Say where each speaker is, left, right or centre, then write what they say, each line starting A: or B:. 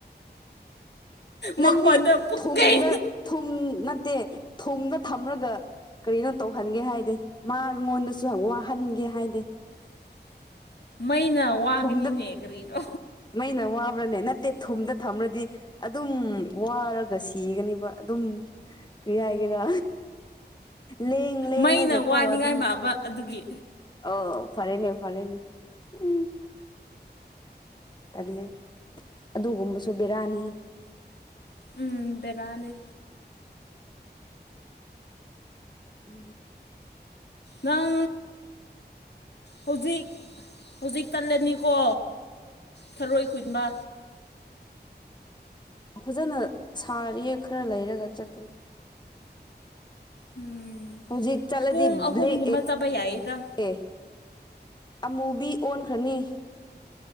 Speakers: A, on the left; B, on the left.
A: ꯃꯈꯣꯟꯗ
B: ꯅꯪꯗꯤ
A: ꯄꯨꯛꯀꯩ
B: ꯊꯨꯝꯗ ꯊꯨꯝ ꯅꯠꯇꯦ ꯊꯨꯝꯗ ꯊꯝꯔꯒ ꯀꯔꯤꯅꯣ ꯇꯧꯍꯟꯒꯦ ꯍꯥꯏꯗꯦ ꯃꯥꯉꯣꯟꯗꯁꯨ ꯋꯥꯍꯟꯒꯦ ꯍꯥꯏꯗꯦ
A: <inaudible> ꯃꯩꯅ ꯋꯥꯒꯅꯤꯅꯦ
B: ꯊꯨꯝꯗ
A: ꯀꯔꯤꯗꯣ
B: ꯃꯩꯅ ꯋꯥꯕ꯭ꯔꯅꯦ ꯅꯠꯇꯦ ꯊꯨꯝꯗ ꯊꯝ꯭ꯔꯗꯤ ꯑꯗꯨꯝ ꯋꯥꯔꯒ ꯁꯤꯒꯅꯤꯕ ꯑꯗꯨꯝ ꯎꯝ ꯀꯔꯤꯌꯥ ꯍꯥꯏꯒꯦꯔ ꯂꯦꯡ ꯂꯦꯡꯡꯂꯒ
A: ꯃꯩꯅ ꯋꯥꯅꯤꯡꯉꯥꯏ
B: ꯀꯣ ꯑꯗꯨꯝ
A: ꯃꯥꯕ ꯑꯗꯨꯒꯤ
B: ꯑꯥꯎ ꯐꯔꯦꯅꯦ ꯐꯔꯦꯅꯦ ꯎ ꯇꯂꯦ ꯑꯗꯨꯒꯨꯝꯕꯁꯨ ꯕꯦꯔꯥꯅꯤ
A: ꯎꯝ ꯕꯦꯔꯥꯅꯤ
B: ꯎꯝ
A: ꯅꯪ ꯍꯧꯖꯤꯛ ꯍꯧꯖꯤꯛ ꯇꯜꯂꯅꯤꯀꯣ ꯊꯔꯣꯏ ꯈꯨꯟꯕ
B: ꯐꯖꯅ ꯁꯥꯔꯤ ꯈꯔ ꯂꯩꯔꯒ ꯆꯠꯀꯅꯤ
A: ꯎꯝ
B: ꯍꯧꯖꯤꯛ ꯆꯠꯂꯗꯤ
A: ꯄꯨꯡ ꯑꯍꯨꯝꯒꯨꯝꯕ
B: ꯕ꯭ꯂꯦꯛ
A: ꯆꯠꯄ ꯌꯥꯏꯌꯦꯗ
B: ꯑꯦ ꯑꯃꯨꯕꯤ ꯑꯣꯟꯈ꯭ꯔꯅꯤ